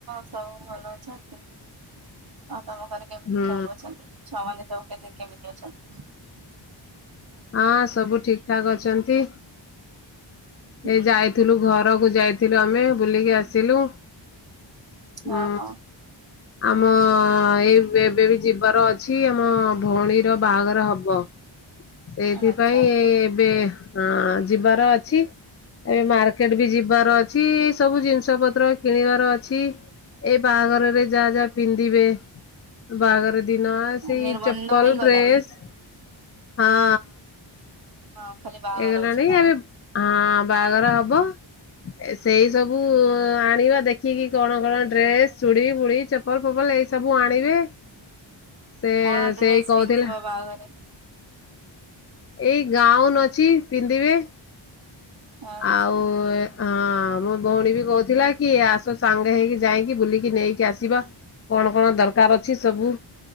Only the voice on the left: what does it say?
ହୁଁ
ହଁ ସବୁ ଠିକ୍ ଠାକ୍ ଅଛନ୍ତି। ଏଇ
ଯାଇଥିଲୁ ଘରକୁ ଯାଇଥିଲୁ ଆମେ ବୁଲିକି ଆସିଲୁ। ହଁ।
ଆମ ଏଇ ଏବେବି ଯିବାର ଅଛି ଆମ ଭଉଣୀର ବାହାଘର ହବ। ସେଇଥିପାଇଁ
ଏ ଏବେ ହଁ ଯିବାର ଅଛି। ଏବେ ମାର୍କେଟବି ଯିବାର ଅଛି ସବୁ ଜିନିଷ ପତ୍ର କିଣିବାର ଅଛି। ଏଇ ବାହାଘରରେ ଯାହା ଯାହା ପିନ୍ଧିବେ ବାହାଘର ଦିନ ସେଇ
ଚପଲ୍
ଡ୍ରେସ୍ ହଁ।
ହେଇଗଲାଣି
ହାରି ହଁ ବାହାଘର ହବ। ଏ ସେଇ ସବୁ ଆଣିବା ଦେଖିକି କଣ କଣ ଡ୍ରେସ୍ ଚୁଡ଼ି ଫୁଡ଼ି ପପଲ୍ ଫପଲ୍ ଏଇ ସବୁ ଆଣିବେ ସେ
ସେଇ କହୁଥିଲା
ଏଇ ଗାଉନ୍ ଅଛି ପିନ୍ଧିବେ।
ଆଉ ଏ ହଁ ମୋ ଭଉଣୀବି କହୁଥିଲାକି ଆସ ସାଙ୍ଗେ ହେଇକି ଯାଇକି ବୁଲିକି ନେଇକି ଆସିବା। କଣ କଣ ଦରକାର୍ ଅଛି ସବୁ